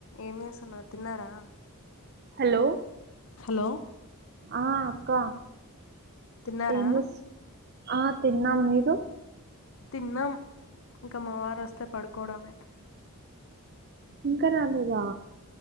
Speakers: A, on the left (about 60°); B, on the right (about 45°).
A: ఏం చేస్తున్నారు తిన్నారా
B: హలో
A: హలో
B: ఆ అక్క
A: తిన్నారా
B: ఏం చెస్ ఆ తిన్నాము మీరు
A: తిన్నాం ఇంకా మా వారు వస్తే పడుకోవడమే
B: ఇంకా రాలేదా